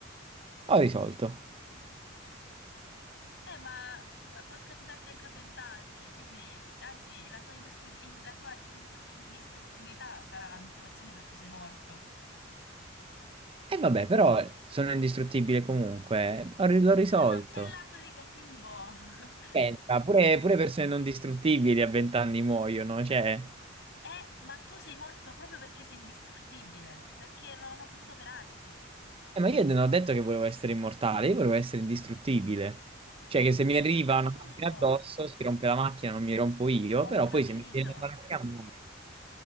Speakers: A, on the right; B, on the left.
A: ho risolto.
B: Eh, ma p- può capitarti anche a vent'anni, quindi, anzi, la tua, industri- in- la tua indur- indistruttibilità sarà la motivazione per cui sei morto.
A: E vabbè, però sono indistruttibile comunque. Ho ri- L'ho risolto.
B: Eh, ma c'è il lato negativo! <laughs>
A: Pensa, pure, pure persone non distruttibili a vent'anni muoiono, cioè...
B: Eh, ma tu sei morto proprio perché sei indistruttibile, perché non hanno potuto operarti.
A: Eh, ma io non ho detto che volevo essere immortale, io volevo essere indistruttibile. Cioè che se mi arriva
B: Eh, ho capito!
A: una macchina addosso, si rompe la macchina, non mi rompo io,
B: Ho
A: però
B: capito!
A: poi se mi viene la macchina muoio.